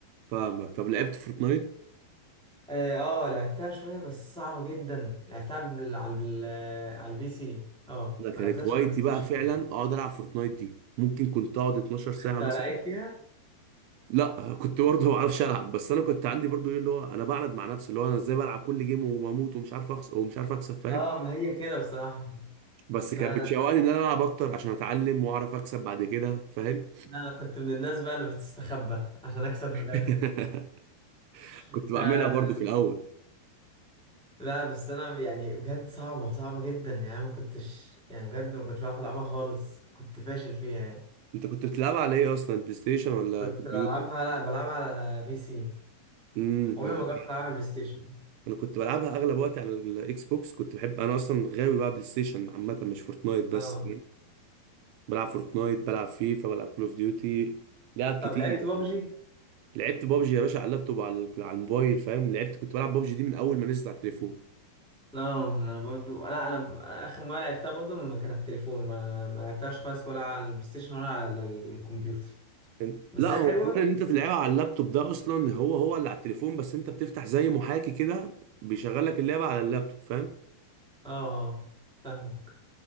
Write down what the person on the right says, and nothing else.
فاهمك طب لعبت فورتنايت
ده كانت
هوايتي
بقى
فعلا
اقعد العب فورتنايت دي ممكن كنت اقعد 12 ساعه
مثلا
لا كنت برضه ما بعرفش العب بس انا كنت عندي برضه ايه اللي هو انا بعند مع نفسي اللي هو انا ازاي بلعب كل جيم وبموت ومش عارف اخسر ومش عارف اكسب فاهم
بس
كانت بتشوقني
ان انا العب اكتر عشان اتعلم واعرف اكسب بعد كده فاهم
<laughs>
كنت بعملها
برضه
في الاول
انت كنت بتلعبها على ايه اصلا بلاي ستيشن ولا
كمبيوتر
امم
مغ-
انا كنت بلعبها اغلب وقتي على الاكس بوكس كنت بحب انا اصلا غاوي بقى بلاي ستيشن عامه مش فورتنايت بس
بلعب فورتنايت بلعب فيفا بلعب كول اوف ديوتي لعب
كتير
لعبت بابجي يا باشا على اللابتوب على على الموبايل فاهم لعبت كنت بلعب بابجي دي من اول ما نزلت على التليفون
انت
لا
هو
حوار ان انت تلعبها على اللابتوب ده اصلا هو هو اللي على التليفون بس انت بتفتح زي محاكي كده بيشغل لك اللعبه على اللابتوب فاهم